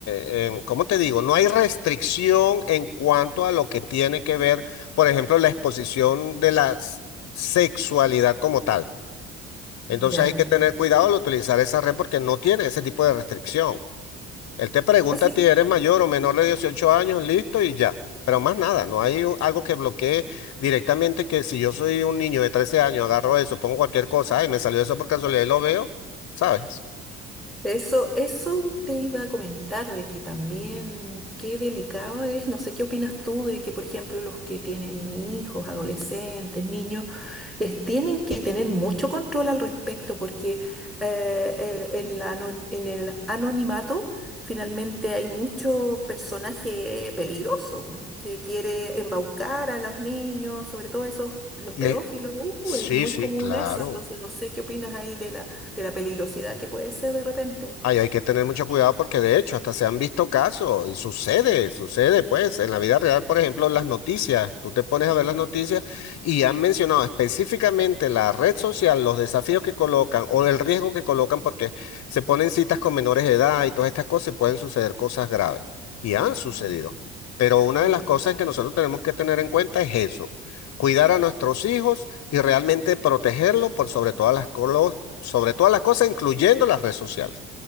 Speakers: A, on the left (about 60°); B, in the centre.
A: em, ¿cómo te digo? No hay restricción en cuanto a lo que tiene que ver por ejemplo, la exposición de la s- sexualidad como tal. Entonces
B: ya.
A: hay que tener cuidado al utilizar esa red porque no tiene ese tipo de restricción. Él te pregunta
B: Así
A: si eres mayor o menor de 18 años, listo y ya. Pero más nada, no hay u- algo que bloquee directamente que si yo soy un niño de 13 años, agarro eso, pongo cualquier cosa, ay, me salió eso por casualidad y lo veo, ¿sabes?
B: Eso, eso te iba a comentar de que también qué delicado es, no sé qué opinas tú de que, por ejemplo, los que tienen hijos, adolescentes, niños, es- tienen que tener mucho control al respecto porque eh, el- en la anon- en el anonimato finalmente hay mucho personaje peligroso que quiere embaucar a los niños, sobre todo esos, los
A: Y
B: pedófilos,
A: es- sí,
B: uh, es muy
A: sí,
B: común
A: claro.
B: eso, entonces no sé qué opinas ahí de la de la peligrosidad que puede ser de repente.
A: Ay, hay que tener mucho cuidado porque de hecho hasta se han visto casos y sucede, sucede pues en la vida real, por ejemplo, las noticias, tú te pones a ver las noticias y han mencionado específicamente la red social, los desafíos que colocan o el riesgo que colocan porque se ponen citas con menores de edad y todas estas cosas y pueden suceder cosas graves y han sucedido.
B: Mm,
A: Pero una
B: Claro,
A: de las cosas que nosotros tenemos que tener en cuenta es eso, cuidar a nuestros hijos y realmente protegerlos por sobre todas las, colo- sobre todas las cosas, incluyendo las redes sociales.